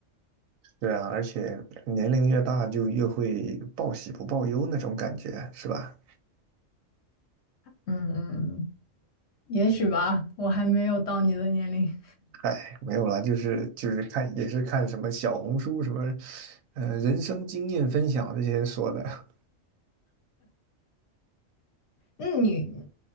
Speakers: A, on the right (about 85°); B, on the left (about 60°).
A: 对啊，而且年龄越大就越会报喜不报忧那种感觉，是吧？
B: 嗯嗯，也许吧，我还没有到你的年龄。
A: 嗨，没有了，就是就是看也是看什么小红书什么，呃，人生经验分享这些说的，
B: 那你，